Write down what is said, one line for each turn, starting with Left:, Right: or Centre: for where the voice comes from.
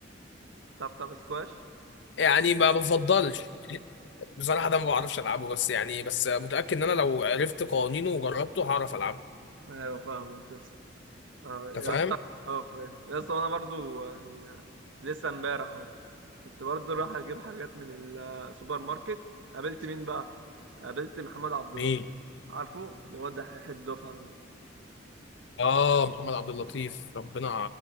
Right: تعرف تلعب سكواش
Left: يعني ما بفضلش <laughs> بصراحه ده ما بعرفش العبه بس يعني بس متاكد ان انا لو عرفت قوانينه وجربته هعرف العبه
Right: ايوه فاهمك اه
Left: انت
Right: يا
Left: فاهم
Right: اسطى اه فاهم يا اسطى انا برضو يعني آه، لسه امبارح اهو كنت برضو رايح اجيب حاجات من السوبر ماركت قابلت مين بقى قابلت محمد عبد
Left: مين
Right: الله عارفه الواد دحيح الدفعه ده
Left: اه محمد عبد اللطيف ربنا